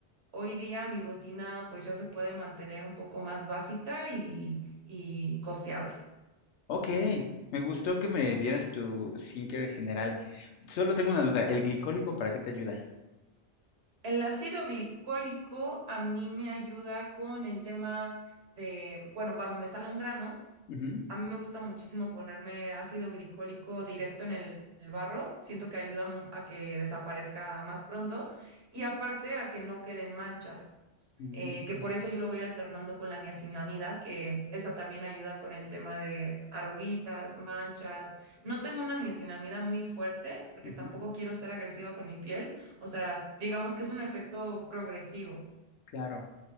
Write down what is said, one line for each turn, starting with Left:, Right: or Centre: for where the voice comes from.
Right: hoy día mi rutina pues ya se puede mantener un poco más básica y, y costeable.
Left: Ok, me gustó que me dieras tu skincare general. Solo tengo una duda. ¿El glicólico para qué te ayuda?
Right: El ácido glicólico a mí me ayuda con el tema de, bueno, cuando me sale un grano,
Left: Ujú,
Right: a mí me gusta muchísimo ponerme ácido glicólico directo en el, el barro, siento que ayuda mu- a que desaparezca más pronto y aparte a que no queden manchas.
Left: mm,
Right: eh, que por eso yo lo voy alternando con la niacinamida, que esa también ayuda con el tema de arruguitas, manchas. No tengo una niacinamida muy fuerte porque
Left: ujú,
Right: tampoco quiero ser agresiva con mi piel, o sea, digamos que es un efecto progresivo.
Left: Claro.